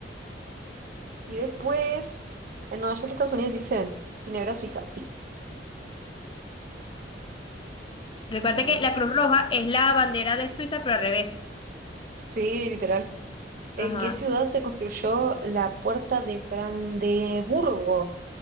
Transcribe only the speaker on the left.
Recuerda
que la Cruz Roja es la bandera de Suiza, pero al revés.
Ajá.